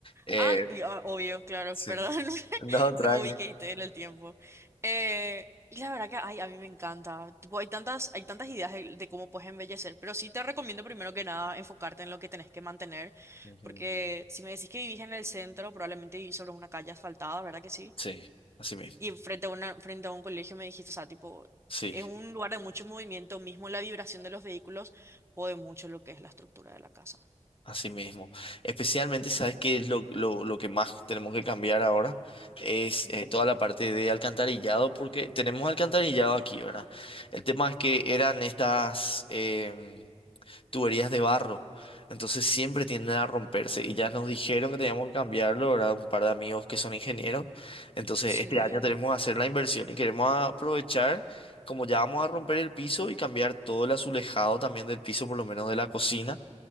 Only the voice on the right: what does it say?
ah, y- ah, obvio, claro,
perdón, <laughs>
no me ubiqué en el tiempo. Eh, y la verdad que, ay, a mí me encanta. Tipo, hay tantas, hay tantas ideas de, de cómo puedes embellecer, pero sí te recomiendo primero que nada enfocarte en lo que tenés que mantener,
porque si me decís que vivís en el centro, probablemente vivís sobre una calle asfaltada, ¿verdad que sí?
Y frente a una, frente a un colegio me dijiste, o sea, tipo,
es un lugar de mucho movimiento, mismo la vibración de los vehículos jode mucho lo que es la estructura de la casa.
Ujú.
Sí.